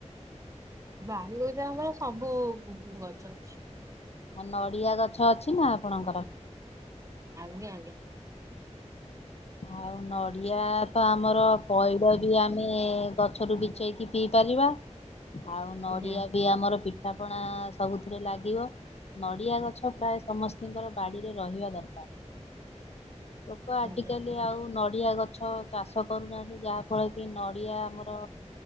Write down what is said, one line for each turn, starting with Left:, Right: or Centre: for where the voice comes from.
Right: ବାଡ଼ି ବଗିଚା ରେ ଆମର ସବୁ ଗଛ ଅଛି।
Left: ଅ ନଡ଼ିଆ ଗଛ ଅଛି ନା ଆପଣଙ୍କର?
Right: ଆଜ୍ଞା ଆଜ୍ଞା।
Left: ଆଉ ନଡ଼ିଆ ତ ଆମର ପଇଡ଼ ବି ଆମେ ଗଛରୁ ବିଛେଇକି ପିଇ ପାରିବା। ଆଉ ନଡ଼ିଆ
Right: ଆଜ୍ଞା
Left: ବି ଆମର ପିଠା ପଣା ସବୁଥିରେ ଲାଗିବ। ନଡ଼ିଆ ଗଛ ପ୍ରାୟ ସମସ୍ତିଙ୍କର ବାଡିରେ ରହିବା ଦରକାର। ଲୋକ ଆଜି
Right: ଆଜ୍ଞା।
Left: ଆଜିକାଲି ଆଉ ନଡ଼ିଆ ଗଛ ଚାଷ କରୁନାହାନ୍ତି ଯାହାଫଳରେ କି ନଡ଼ିଆ ଆମର